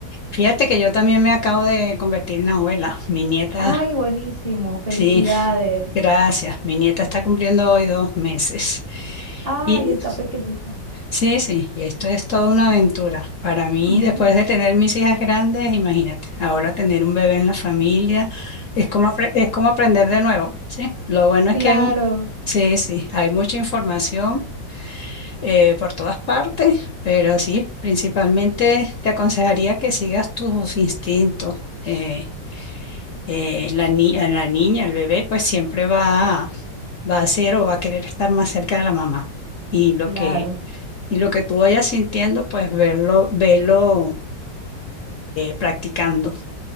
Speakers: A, on the left (about 60°); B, on the right (about 40°).
A: fíjate que yo también me acabo de convertir en abuela. Mi nieta,
B: Ay,
A: <laughs>
B: buenísimo, felicidades.
A: sí, gracias. Mi nieta está cumpliendo hoy dos meses.
B: Ay,
A: Y
B: está pequeñita.
A: sí, sí, y esto es toda una aventura. Para mí,
B: <laughs>
A: después de tener mis hijas grandes, imagínate, ahora tener un bebé en la familia es como, apre- es como aprender de nuevo, ¿sí? Lo bueno es
B: Claro,
A: que hay, sí, sí, hay mucha información eh, por todas partes, pero sí, principalmente te aconsejaría que sigas tus instintos. Eh, eh, la ni- a la niña, el bebé, pues siempre va, va a ser o va a querer estar más cerca de la mamá. Y lo
B: claro.
A: que, y lo que tú vayas sintiendo, pues verlo, verlo practicando.